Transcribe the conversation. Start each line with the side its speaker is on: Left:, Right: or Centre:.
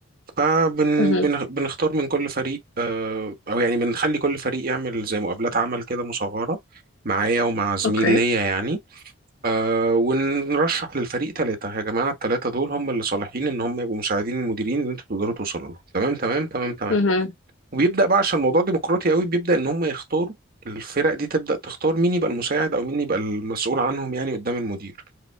Right: فبنختار
Left: مهم.
Right: من كل فريق آه أو يعني بنخلي كل فريق يعمل زي مقابلات عمل كده مصغرة معايا ومع زميل
Left: اوكي
Right: ليا يعني آه ونرشح للفريق ثلاثة يا جماعة الثلاثة دول هم اللي صالحين إن هم يبقوا مساعدين المديرين اللي أنتوا تقدروا توصلوا لهم تمام تمام تمام تمام
Left: مهم.
Right: وبيبدا بقى عشان الموضوع ديمقراطي قوي بيبدا ان هم يختاروا الفرق دي تبدا تختار مين يبقى المساعد او مين يبقى المسؤول عنهم يعني قدام المدير